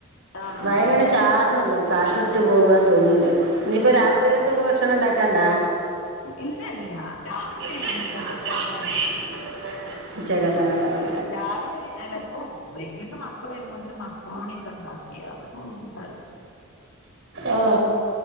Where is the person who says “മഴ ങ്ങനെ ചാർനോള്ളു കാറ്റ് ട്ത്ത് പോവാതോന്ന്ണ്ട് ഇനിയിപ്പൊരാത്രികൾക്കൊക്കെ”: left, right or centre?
Right